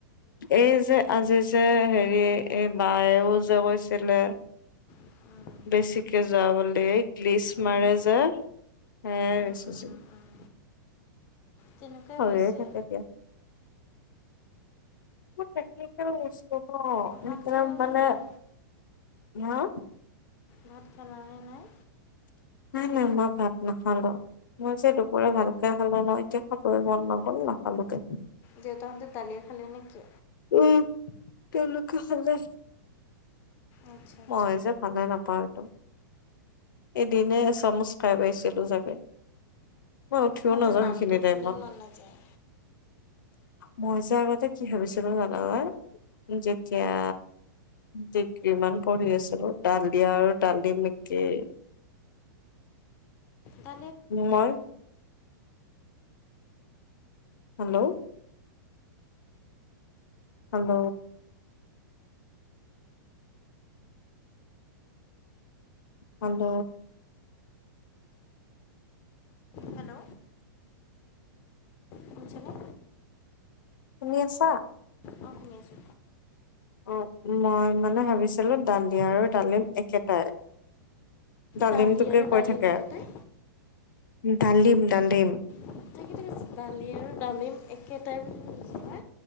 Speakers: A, on the left; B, on the left.
A: এই যে আজি যে হেৰি এই বায়েও যে কৈছিলে
B: উম,
A: বেছিকে যোৱা বুলি, এই গ্লিতিছ
B: উম,
A: মাৰে যে। <unintelligible>
B: উম, উম, উম, তেনেকুৱাই
A: হয়ই
B: হৈছে
A: থাকে দিয়া। টেকনিকেল বস্তু ন
B: ভাত
A: সেইকৰণে
B: খালানে
A: মানে,
B: নাই
A: হা?
B: ভাত খালা নে নাই?
A: নাই নাই মই ভাত নাখালে। মই যে দুপৰীয়া ভালকে খালো ন, এতিয়া খবয় মন নগল নাখালোকে।
B: দেউতাহঁতে দালিয়ে খালে নেকি?
A: উম তেওঁলোকে খালে।
B: আচ্ছা আচ্ছা
A: মই যে ভালে নাপাওঁ এইটো। দিনে এ চামুচ খাই পাইছিলো চাগে। মই উঠিও
B: আমাৰ
A: নাযাওঁ
B: যে নামটো
A: সেইখিনি টাইমত।
B: শুনিয়ে মন নাযায়
A: মই যে আগতে কি ভাবিছোলো জাননে যেতিয়া ডিগ্ৰীমান পঢ়ি আছিলো দালি আৰু ডালিম একেই।
B: তনে <inaudible>
A: নোমই <inaudible> হেল্ল'। হেল্ল। হেল্ল।
B: হেল্ল' শুনিছেনে
A: শুনি আছা?
B: অঁ শুনি আছো।
A: অ মই মানে ভাবিছিলো দালি আৰু ডালিম একেটাই। ডালিমটোকে
B: দালি আৰু
A: কৈ
B: ডালিম
A: থাকে।
B: একেটাই
A: ডালিম ডালিম
B: <unintelligible> দালি আৰু ডালিম একেটাই কৈছিলা